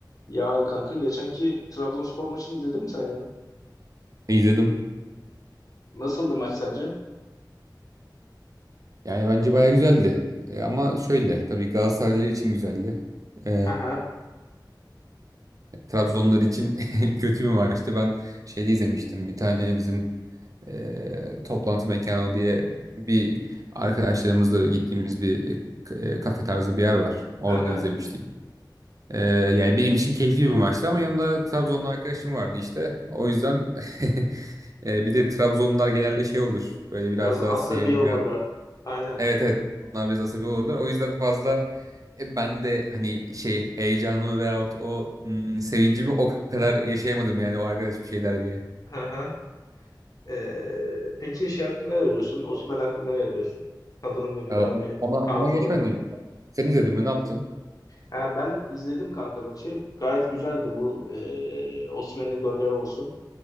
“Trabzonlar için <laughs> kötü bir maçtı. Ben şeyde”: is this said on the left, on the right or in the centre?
Right